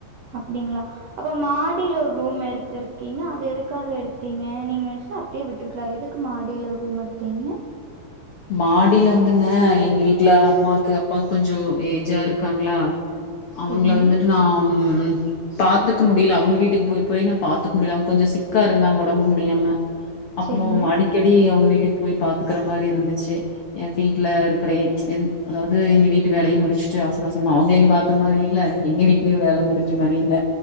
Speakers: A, on the right; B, on the left.
A: அப்டிங்களா அப்ப மாடியில ஒரு ரூம் எடுத் எடுத்திருக்கீங்க அது எதுக்காக எடுத்தீங்க நீங்க நினைச்சன்னா அப்டியே விட்டுருக்கலா எதுக்கு மாடியில ஒரு ரூம் எடுத்தீங்க
B: மாடியில வந்தூங்க எங்க வீட்டுல அம்மாக்கு அப்பா கொஞ்சோ ஏஜ்ஜா இருக்காங்களா
A: சேரிங்க
B: அவுங்கள வந்துட்டு நா உம் பாத்துக்க முடியல அவுங்க வீட்டுக்கு போய் போய் நா பாத்துக்க முடியல அவுங்க கொஞ்சம் சிக்கா இருந்தாங்க ஒடம்பு முடியாம அப்புறோ
A: சேரிங்க
B: அடிக்கடி அவுங்க வீட்டுக் போய் பாத்துட் இருக்கற மாரி இருந் து என் வீட்டுல இருக்கற என் அதாவது எங்க வீட்டு வேலையு முடிச்சுட்டு அவசர அவசரமா அவுங்களையு பாத்த மாரி இல்ல எங்க வீட்டுலயும் வேல முடிஞ்ச மாரி இல்ல